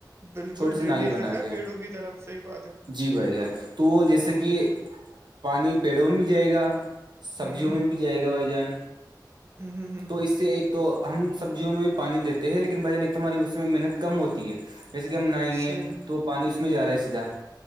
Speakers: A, on the right (about 35°); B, on the right (about 70°).
A: بالکل
B: چھوٹی سی
A: ڈرینیج
B: نالی بنا
A: رکھا ہے
B: کے
A: پیڑوں کی طرف صحیح بات ہے
B: جی بھائی جان تو وہ جیسے
A: ہاں
B: کہ
A: ہاں ہاں
B: پانی پیڑوں میں بھی جائے گا سبزیوں
A: ہوں ہوں
B: میں بھی جائے گا بھائی جان
A: ہوں ہوں ہوں
B: تو اس سے ایک تو ہم سبزیوں میں بھی پانی دیتے ہیں لیکن بھجانک ہماراری موم میں محنت کم ہوتی ہے جیسے کہ ہم نہائیں گے
A: صحیح
B: تو پانی اس میں جا رہا ہے سیدھا